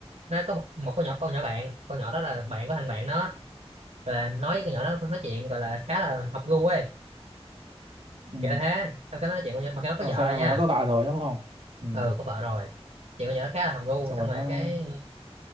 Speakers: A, on the right (about 75°); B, on the right (about 60°).
A: nó có một một con nhỏ con nhỏ bạn con nhỏ đó là bạn của thằng bạn nó gọi là nói với con nhỏ đó nói chuyện gọi là khá là hợp gu ấy
B: Ừ.
A: kiểu thế xong cái nó nói chuyện con nhỏ mà cái nó có
B: Rồi
A: vợ
B: sao
A: rồi nha
B: là nó có vợ rồi đúng không? Ừ.
A: ừ có vợ rồi chuyện con nhỏ nó khá là hợp gu
B: Xong
A: xong
B: rồi
A: rồi
B: nó
A: cái